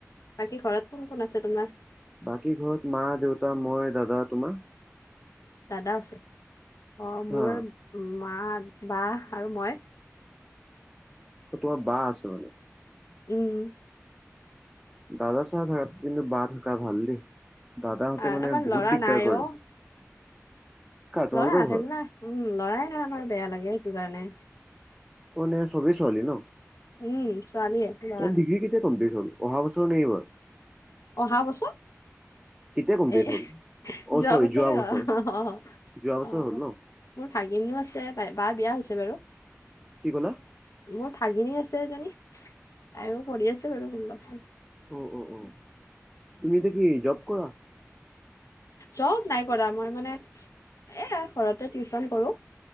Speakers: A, on the left; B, in the centre.
A: বাকী ঘৰত কোন- কোন আছে তোমাৰ?
B: বাকী ঘৰত মা, দেউতা, মই, দাদা তোমাৰ?
A: দাদা আছে অ, মোৰ
B: হা
A: মা, বাহ আৰু মই।
B: অ, তোমাৰ বা আছে মানে?
A: উম,
B: দাদা চাহা থাকতকে কিন্তু বা থাকা ভাল দে। দাদাহঁতে
A: আ
B: মানে
A: আমাৰ
B: বহুত
A: ল'ৰা
B: দিগদাৰ
A: নাই
B: কৰে।
A: অ',
B: কাৰ তোমালোকৰ
A: ল'ৰা নাথাকিলে
B: ঘৰত?
A: উম, ল'ৰাই নাই আমাৰ বেয়া লাগে সেইটো কাৰণে।
B: অ, মানে চবেই ছোৱালী ন'?
A: উম, ছোৱালীয়ে ল'ৰা নাই।
B: ডিগ্ৰী কেতিয়া কমপ্লিট হ'ল অহা বছৰ নে এইবাৰ?
A: অহা বছৰ?
B: কেতিয়া কমপ্লিট
A: এ এহ
B: হ'ল? অ'
A: যোৱা
B: চৰি
A: বছৰে
B: বছৰ।
A: অ', অ', অ', হ,
B: যোৱা বছৰ
A: অ,
B: হ'ল ন?
A: মোৰ ভাগিনীও আছে বাই বা বিয়া হৈছে বাৰু।
B: কি ক'লা?
A: মোৰ ভাগিনী আছে এজনী আৰু পঢ়ি আছে বাৰু <unintelligible>
B: অ অ অ তুমি এতিয়া কি জব কৰা।
A: জব নাই কৰা মই মানে এ ঘৰতে টিউচন কৰো।